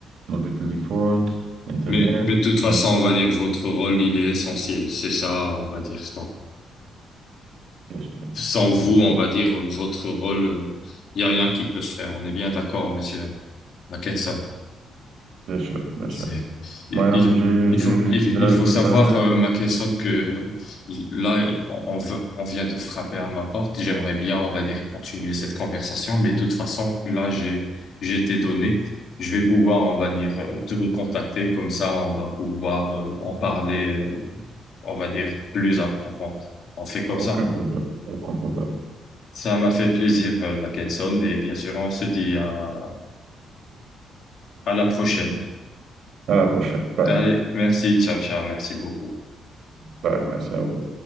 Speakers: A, on the right; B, on the left.
A: notre téléphone, Internet.
B: Mais, mais de toute façon,
A: Bien
B: on va dire, votre rôle, il est essentiel. C'est ça, on va dire. Sans,
A: sûr,
B: sans vous,
A: bien sûr,
B: on va dire, votre rôle, euh, il y a rien qui peut se faire. On est bien d'accord, monsieur Mackensen.
A: bien sûr, bien
B: C'est,
A: sûr. Moi-même,
B: il,
A: j'ai,
B: il
A: j'ai-
B: faut, il,
A: j'avais
B: il faut
A: préparé
B: savoir, euh, ma question que il- là, on, on veut- on vient de frapper à ma porte. J'aimerais bien, on va dire, continuer cette conversation, mais de toute façon, là, j'ai, j'ai été donné. Je vais pouvoir, on va dire, euh, te recontacter. Comme ça, on va pouvoir, euh, en parler, euh, on va dire, plus en profondeur. On fait comme
A: aucun
B: ça.
A: problème, aucun problème.
B: Ça m'a fait plaisir, euh, Mackinson, et bien sûr, on se dit à, à la prochaine.
A: À la prochaine. Bye.
B: Allez, merci, ciao, ciao, merci beaucoup.
A: Bye. Merci à vous.